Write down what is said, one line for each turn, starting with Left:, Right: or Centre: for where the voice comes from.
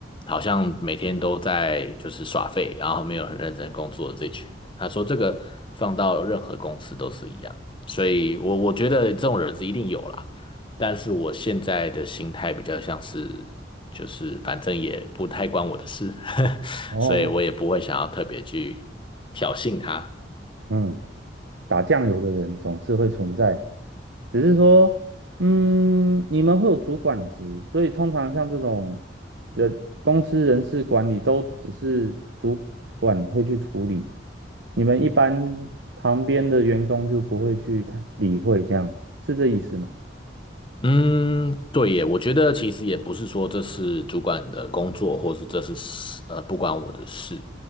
Left: 好像每天都在就是耍废，然后没有很认真工作的这群人。他说这个放到任何公司都是一样，所以我我觉得这种人是一定有啦。但是我现在的心态比较像是，就是反正也不太关我的事，<laughs>
Right: 哦，
Left: 所以我也不会想要特别去挑衅他。
Right: 嗯，打酱油的人总是会存在。只是说，嗯，你们会有主管职，所以通常像这种人公司人事管理都只是主管会去处理，你们一般旁边的员工就不会去太理会，这样是这意思吗？
Left: 嗯，对耶，我觉得其实也不是说这是主管的工作，或是这是事呃不关我的事，